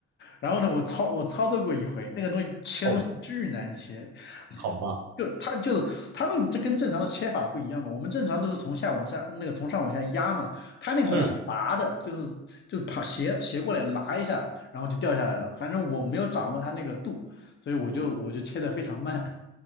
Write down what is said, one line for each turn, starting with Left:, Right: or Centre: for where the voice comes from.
Left: 然后呢，我操，我操作过一回，那个东西切东西巨难切，
Right: 哦，好吧。
Left: 就他就是他们这跟正常的切法不一样嘛，我们正常都是从下往下那个从上往下压嘛，他那个好像是拔的，
Right: 嗯。
Left: 就是就是爬斜斜过来拉一下，然后就掉下来了。反正我没有掌握他那个度，所以我就我就切的非常慢。